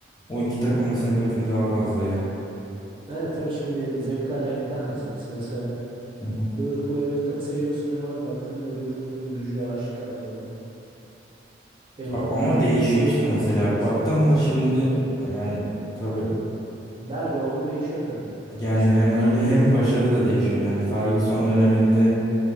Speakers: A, on the left; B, on the right.
A: o iki takıma sempatim daha fazla ya.
B: Yani tabii şimdi zevkler renkler meselesi. Mesela
A: Hı hı.
B: Liverpool Everton seviyorsun ama baktığında Liverpool'un gücü aşikar falan. Everton
A: Ya ama değişiyor işte mesela
B: çok gerisinde
A: baktım
B: kalmış.
A: mı şimdi yani tabii
B: Derbi oldu mu değişiyor tabii
A: Yani
B: sahada.
A: hem öyle hem başarı da değişiyor. Yani Ferguson döneminde